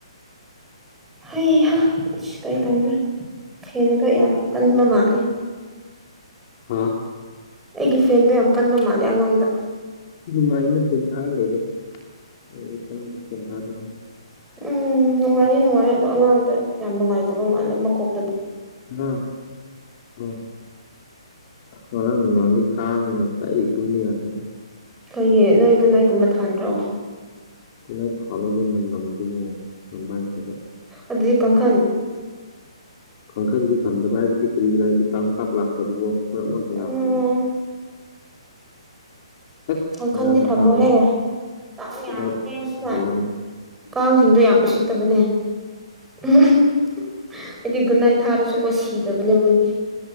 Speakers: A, in the centre; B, on the left (about 25°).
A: ꯍꯩꯍꯥ ꯑꯁ ꯀꯔꯤ ꯇꯧꯗ꯭ꯔꯦ ꯐ‌ꯦꯟꯒ ꯌꯥꯝ ꯀꯟꯕ ꯃꯥꯜꯜꯡꯂꯤ
B: ꯍꯥ
A: ꯑꯩꯒꯤ ꯐꯦꯟꯗꯣ ꯌꯥꯝ ꯀꯟꯕ ꯃꯥꯜꯂꯦ ꯑꯉꯥꯡꯗ
B: ꯃꯥꯏꯅ ꯁꯦꯟꯊꯥ ꯂꯩꯕ ꯑꯩ ꯁꫭꯝꯗ ꯁꯦꯟꯊꯥꯗ
A: ꯎꯝ ꯅꯨꯡꯉꯥꯏꯗꯤ ꯅꯨꯡꯉꯥꯏꯌ‌ꯦ ꯑꯗꯣ ꯑꯉꯥꯡꯗ ꯌꯥꯝ ꯅꯨꯡꯉꯥꯏꯇꯕ ꯃꯥꯜꯂꯦ ꯃꯀꯣꯛ
B: ꯎꯝ ꯎꯝ <unintelligible> ꯉꯔꯥꯡ ꯅꯨꯡꯗꯥꯡꯗꯤ ꯀꯥꯡꯅ ꯀꯥꯏꯗꯩ ꯇꯨꯝꯕ ꯌꯥꯗꯦꯗꯥ
A: ꯀꯩꯒꯤ ꯅꯣꯏ ꯒꯨꯠꯅꯥꯏꯠꯒꯨꯝꯕ ꯊꯥꯟꯗ꯭ꯔꯣ
B: ꯒꯨꯠꯅꯥꯏꯠ ꯊꯥꯜꯂ‌ꯦ ꯑꯗꯨ ꯃꯅꯝꯗꯨꯕꯨ ꯅꯝꯕꯍꯩꯇꯕꯥ
A: ꯑꯗꯨꯗꯤ ꯀꯥꯡꯈꯟ
B: ꯀꯥꯡꯈꯟꯁꯨ ꯊꯝꯗꯕ ꯍꯥꯏꯕꯗꯤ ꯀꯔꯤꯒꯤꯔꯥ ꯍꯥꯏꯗꯤ ꯀꯥꯡꯄꯥꯛ ꯂꯥꯛꯇꯕꯀꫭ ꯃꯔꯛ ꯃꯔꯛꯇ ꯂꯥꯛꯄꯅꯦꯕ
A: ꯎꯝ
B: ꯑꯁ
A: ꯀꯥꯡꯈꯟꯗꯤ
B: ꯑꯉꯥꯡ
A: ꯊꯝꯃꯣꯍꯦ
B: ꯀꯥꯡ
A: ꯀꯥꯡ
B: ꯀꯣꯏꯂꯥꯏ
A: ꯌꯥꯝꯕꯅꯦ <unintelligible>
B: ꯊꯥꯜꯂꯅꯤ
A: ꯀꯥꯡꯁꯤꯡꯗꯣ ꯌꯥꯝ ꯎꯁꯤꯠꯇꯕꯅꯦ <unintelligible> ꯍꯥꯏꯗꯤ ꯒꯨꯠꯅꯥꯏ ꯊꯥꯔꯁꯨꯀꯣ ꯁꯤꯗꯕꯅꯦ ꯃꯣꯏꯗꯤ